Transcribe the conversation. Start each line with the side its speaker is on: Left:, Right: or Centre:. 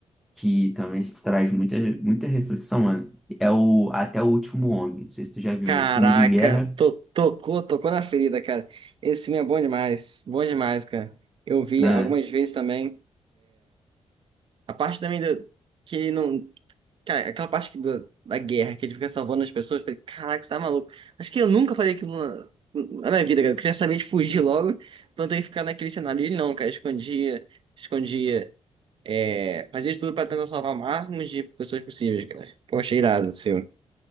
Centre: que também traz muita, muita reflexão, mano. É o Até o Último Homem. Não sei se tu já viu
Right: caraca,
Centre: um filme de guerra.
Right: to- tocou, tocou na ferida, cara. Esse filme é bom demais, bom demais, cara. Eu vi
Centre: Ah,
Right: algumas vezes também. A parte também do, que ele não, Cara, aquela parte que do- da guerra, que ele fica salvando as pessoas, eu falei, caraca, você tá maluco. Acho que eu nunca falei aquilo na, na minha vida, cara. Eu queria saber de fugir logo, pra não ter que ficar naquele cenário. E ele não, cara, escondia, escondia, é, fazia de tudo pra tentar salvar o máximo de pessoas possíveis, cara. Pô, achei irado esse filme.